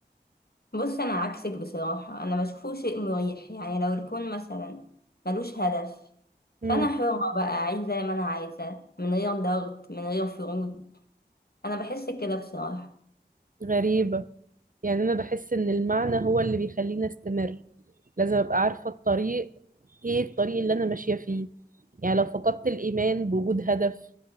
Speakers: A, on the left (about 60°); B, on the right (about 50°).
A: بص انا عكسك بصراحة انا بشوفه شيء مريح يعني لو الكون مثلا ملوش هدف
B: مم.
A: فانا حرة بقى اعيش زي ما انا عايزة من غير ضغط من غير فروض انا بحس كده بصراحة
B: غريبة يعني أنا بحس إن المعنى هو اللي بيخليني أستمر لازم أبقى عارفة الطريق إيه الطريق اللي أنا ماشية فيه يعني لو فقدت الإيمان بوجود هدف